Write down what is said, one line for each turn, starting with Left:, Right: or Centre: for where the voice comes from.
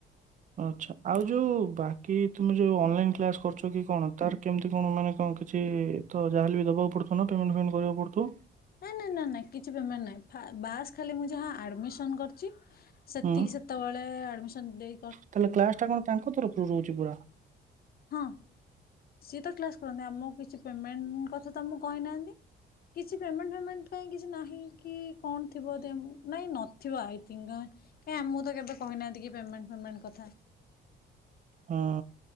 Right: ଆଛା ଆଉ ଯୋଉ ବାକି ତମେ ଯୋଉ ଅନଲାଇ କ୍ କରୁ କି କଣ ତାର କେମିତି କଣ ମାନେ କଣ କିଛି ତ ଯାହାେ ବି ଦେବାକୁ ପଡୁଥିବ ପେମେଣ୍ଟ ଫେମେଣ୍ଟ କରିବାକୁ ପଡୁଥିବ।
Left: ନାଇଁ ନାଇଁ ନ ନାଇଁ କିଛି ବମାର ନାଇଁ ବାସ୍ ଖାଲି ମୁଁ ଯାହା ଆଡମିସନ କରିଛି। ଶକ୍ତି
Right: ହୁଁ
Left: କି ସତା ବଳେ ଆଡମି ସନ୍ଦେ
Right: ତାହେଲେ କ୍ଲାସ ଟା କଣ ତାଙ୍କ ତରଫରୁ ରହୁଛି ପୁରା
Left: ହଁ ସିଏ ତ କ୍ଲାସ କରନ୍ତି ଆମ କିଛି ପେମେଣ୍ଟ କଥା ତ କହିନାହାନ୍ତି କିଟଣ୍ଟ କଁ କିଛି ନାହିଁ କି କଣ ଥିବ ନାଇଁ ନଥିବଇ କ ମୁ ତ କେବେ କହିନାହାନ୍ତି କି
Right: ହଁ